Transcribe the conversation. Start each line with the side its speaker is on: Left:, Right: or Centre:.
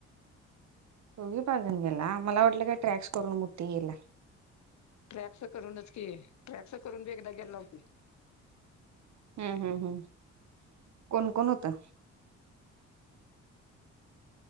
Right: चौघी पाच जणी गेला मला वाटलं काय ट्रॅक्स करून मोठी गेला
Left: ट्रॅक्स करूनच की ट्रॅक्स करून बी एकदा गेलेलो की
Right: हम्म हम्म हम्म कोण कोण होतं